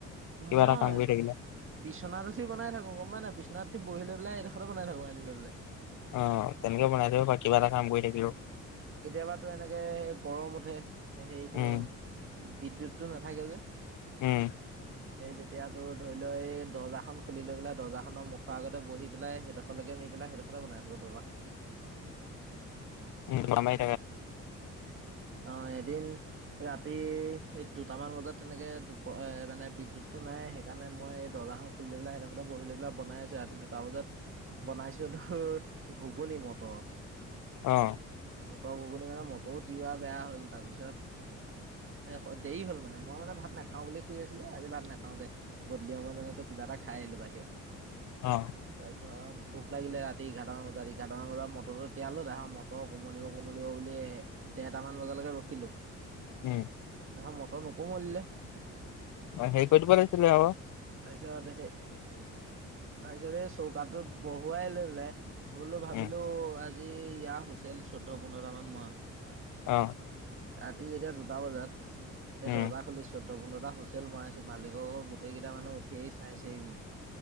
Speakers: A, on the left; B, on the right.
A: কিবা
B: মই
A: এটা কাম কৰি থাকিলে
B: বিচনাত উঠি বনাই থাকো গম পাই নাই, বিছনাত উঠি বহি লৈ পেলাই এডোখতে বনাই থাকো আনি লৈ পেলাই।
A: অ তেনেকে বনাই থাক বা কিবা এটা কাম কৰি থাকিলো।
B: কেতিয়াবাতো এনেকে সেই গৰম উঠে হেৰিতো
A: উম
B: বিদ্যুৎটো নাথাকে যে।
A: উম।
B: এই তেতিয়া তোৰ ধৰি ল এই দৰ্জাখন খুলি লৈ পেলাই দৰ্জাখনৰ মুখৰ আগতে বহি পেলাই সেইটো সকলকে নি পেলাই সেইডখৰতে বনাই থাকোঁ দৰ্জাখন খুলি।
A: উম <inaudible>
B: অ এদিন ৰাতি এই দুটামান বজাত তেনেকে প এ মানে বিদ্যুতটো নাই সেইকাৰণে মই এই দৰ্জাখন খুলি লৈ পেলাই সেইডখৰতে বহি লৈ পেলাই বনাই আছো ৰাতি দুটা বজাত বনাইছো তোৰ ঘুগুনী মটৰ।
A: অ।
B: মটৰ ঘুগুনি মানে মটৰ তিৱা বেয়া হ'ল তাৰপিছত তে হল দেৰি হ'ল মানে মই মানে ভাত নাখাওঁ বুলি শুই আছিলো এ আজি ভাত নাখাও দে। গধূলি সময়ত মানে তোৰ কিবা এটা খাই আহিলো বাহিৰত।
A: অ।
B: তাৰপিছত ভোক লাগিলে ৰাতি এঘাৰটামান বজাত, এঘাৰটামান বজাত মটৰটো তিয়ালো তাৰ ম মটৰ কোমলিব কোমলিব বুলি ডেৰটামান বজালৈকে ৰখিলোঁ।
A: উম।
B: তাহে মটৰ নোকোমলিলে
A: অ হেৰি কৰি দিব লাগিছিলে আৰু
B: তাৰপিছত সেই তাৰপিছত এই চৌকাটোত বহুৱাই লৈ পেলাই বোলো ভাবিলো
A: উম
B: আজি ইয়াৰ হৈছিল চৈধ্য, পোন্ধৰটামান মান।
A: অ।
B: ৰাতি যেতিয়া দুটা বজাত সেই
A: উম
B: দৰ্জা খুলিছ চৈধ্য, পোন্ধৰটা হৈছিল মই আছো মালিকক গোটেই কেইটা মানুহ উঠি আহি চাইছেহি মোক।